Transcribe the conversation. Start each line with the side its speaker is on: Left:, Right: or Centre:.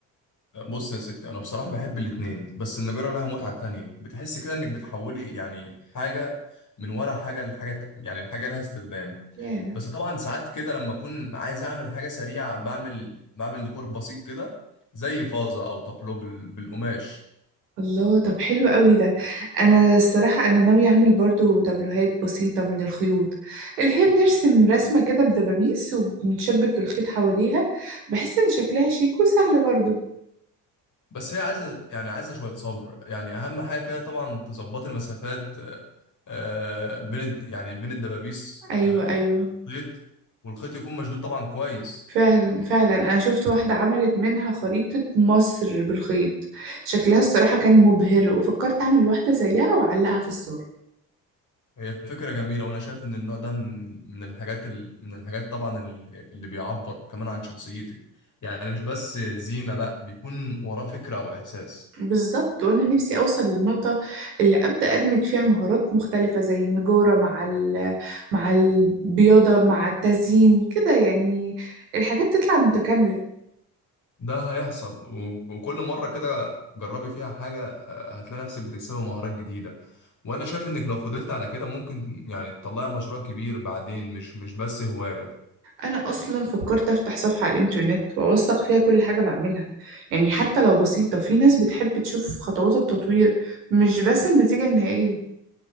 Left: بص يا ستي انا بصراحه بحب الاتنين بس النجاره لها متعه تانية بتحس كده انك بتحولي يعني حاجه من ولا حاجه لحاجه ت- يعني الحاجه لها استخدام
Right: ياه
Left: بس طبعا ساعات كده لما اكون عايز اعمل حاجه سريعه بعمل بعمل ديكور بسيط كده زي فازه او طابلو بال- بالقماش
Right: الله طب حلو قوي ده انا الصراحة انا ناوية اعمل برضو تابلوهات بسيطة من الخيوط اللي هي بنرسم رسمة كده بدبابيس وبنشبك الخيط حواليها بحس ان شكلها شيك وسهلة برضو
Left: بس هي عايزه يعني عايزه شويه صبر يعني اهم حاجه كده طبعا تظبط المسافات آه، آه، بين الد- يعني بين الدبابيس
Right: ايوه
Left: آه،
Right: ايوه
Left: خيط والخيط يكون مشدود طبعا كويس
Right: فعلا فعلا انا شفت واحدة عملت منها خريطة مصر بالخيط شكلها الصراحة كان مبهر وفكرت اعمل واحدة زيها واعلقها في الصور
Left: هي فكرة جميلة وأنا شايف إن النوع ده من من الحاجات ال- من الحاجات طبعا ال- اللي بيعبر كمان عن شخصيتك يعني مش بس زينة لأ بيكون وراه فكرة أو إحساس
Right: بالظبط وانا نفسي اوصل للنقطه اللي ابدا ادمج فيها مهارات مختلفه زي النجاره مع ال... مع البياضه مع التزيين كده يعني الحاجات تطلع متكامله
Left: ده هيحصل و- وكل مرة كده جربي فيها حاجة آه، هتلاقي نفسك بتكسبي مهارات جديدة وأنا شايف إنك لو فضلت على كده ممكن يعني تطلعي مشروع كبير بعدين مش مش بس هواية
Right: انا اصلا فكرت افتح صفحه على الانترنت واوثق فيها كل حاجه بعملها يعني حتى لو بسيطه في ناس بتحب تشوف خطوات التطوير مش بس النتيجه النهائيه